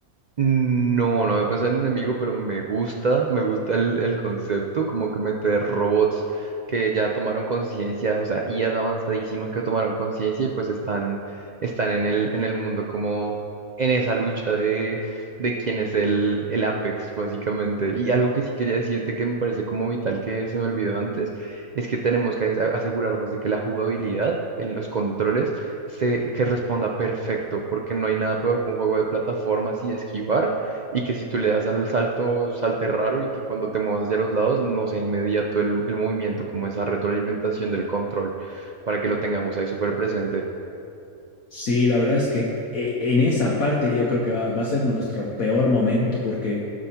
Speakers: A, on the right (about 65°); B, on the left (about 70°).
A: No, no voy a pensar en enemigo, pero me gusta, me gusta el, el concepto, como que meter robots que ya tomaron conciencia, o sea, IAs avanzadísimas que tomaron conciencia y pues están, están en el, en el mundo como en esa lucha de, de quién es el, el Apex, básicamente. Y algo que sí quería decirte que me parece como vital que se me olvidó antes, es que tenemos que as- asegurarnos de que la jugabilidad en los controles se, que responda perfecto, porque no hay nada peor que un juego de plataformas y esquivar, y que si tú le das al salto, salte raro y que cuando te muevas hacia los lados no sea inmediato el, el movimiento, como esa retroalimentación del control, para que lo tengamos ahí súper presente.
B: Sí, la verdad es que e- en esa parte yo creo que va, va a ser nuestro peor momento porque